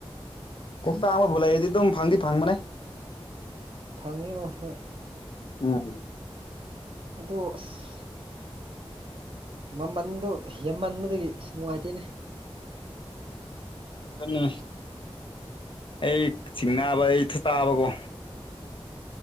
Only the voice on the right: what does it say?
ꯐꯪꯉꯦꯕ ꯍꯣꯏ
ꯑꯗꯣ ꯑꯁ ꯃꯃꯟꯗꯣ ꯍꯦꯟꯃꯟꯕꯗꯒꯤ ꯏꯁ ꯅꯨꯡꯉꯥꯏꯇꯦꯅꯦ